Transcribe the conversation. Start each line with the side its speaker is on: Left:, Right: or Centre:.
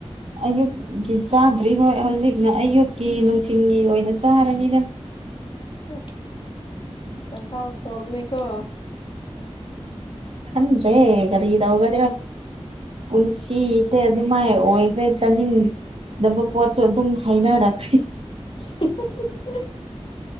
Right: ꯑꯌꯨꯛ ꯒꯤ ꯆꯥꯗ꯭ꯔꯤ ꯍꯣꯏ ꯍꯧꯖꯤꯛꯅ ꯑꯌꯨꯛꯀꯤ ꯅꯨꯡꯊꯤꯜꯒꯤ ꯑꯣꯏꯅ ꯆꯥꯔꯅꯤꯗ
Left: ꯑꯁ ꯆꯥꯛꯈꯥꯎ ꯁꯣꯛꯅꯤꯀꯣ
Right: ꯈꯟꯗ꯭ꯔꯦ ꯀꯔꯤꯗꯥꯎꯒꯗꯔ ꯄꯨꯟꯁꯤ ꯁꯦ ꯑꯗꯨꯃꯥꯏ ꯑꯣꯏꯈ꯭ꯔꯦ ꯆꯥꯅꯤꯡꯗꯕ ꯄꯣꯠꯁꯨ ꯑꯗꯨꯝ ꯍꯥꯩꯅꯔꯛꯈ꯭ꯔꯦ
Left: <unintelligible>